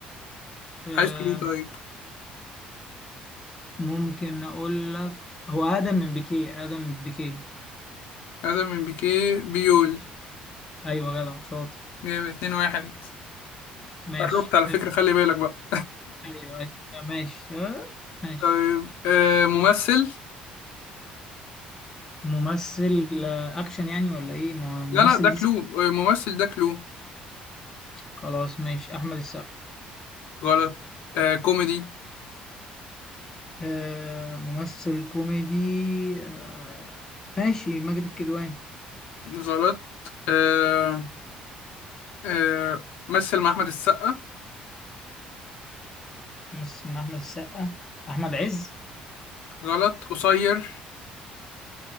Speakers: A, on the left; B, on the left.
A: آه،
B: عايز كلو طيب
A: ممكن أقول لك هو آدم من بيكيه آدم من بيكيه
B: هذا من بيكيه بيول
A: أيوة جدع شاطر
B: جامد 2-1
A: ماشي
B: قربت على
A: آه،
B: فكرة خلي بالك بقى
A: أيوة أيوة، ماشي آه، ماشي
B: طيب آه ممثل
A: ممثل آه، أكشن يعني ولا إيه ما- ممثل
B: لا لا ده كلو
A: دي سا-
B: آه، ممثل ده كلو
A: خلاص ماشي أحمد السقا
B: غلط آه كوميدي
A: آه، ممثل كوميدي آه، ماشي ماجد الكدواني
B: غلط آه آه مثل مع أحمد السقا
A: مثل مع أحمد السقا أحمد عز
B: غلط قصير